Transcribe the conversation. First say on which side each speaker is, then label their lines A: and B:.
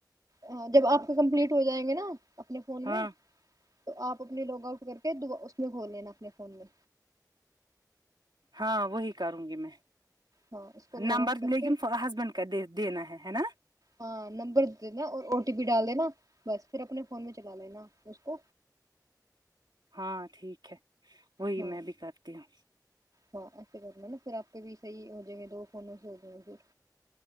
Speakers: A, on the right; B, on the right.
A: ہاں جب آپ کے کمپلیٹ ہو جائیں گے نا اپنے فون
B: ہاں
A: میں تو آپ اپنے لوگ بول کے اس میں کھول لینا اپنے فون میں
B: ہاں وہی کروں گی میں
A: ہاں اس کو لوگ
B: نمبر
A: آؤٹ کر
B: لیکن
A: کے
B: ہسبینڈ کا د دینا ہے ہے نا
A: ہاں نمبر دینا اور او ٹی پی ڈال دینا بس پھر اپنے فون میں چلا لینا اس کو
B: ہاں ٹھیک ہے وہی
A: ہاں
B: میں ابھی کرتی ہوں
A: ہاں ایسے کرنا ہے نا پھر آپے بھی صحیح ہو جائ گ دو فونز ہو جائیں گ